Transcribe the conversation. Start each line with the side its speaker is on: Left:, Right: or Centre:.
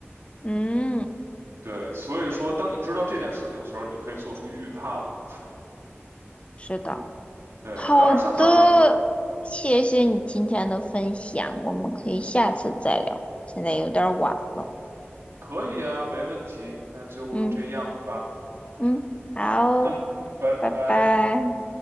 Left: 嗯，
Right: 对，所以说，当你知道这件事情的时候，你就可以做出预判了，不是吗？
Left: 是的。
Right: 对，
Left: 好的，
Right: 当然像刚刚
Left: 谢谢你今天的分享，我们可以下次再聊，现在有点晚了。
Right: 可以啊，没问题，那就这样吧。
Left: 嗯嗯，好，
Right: 好的，拜拜。
Left: 拜拜。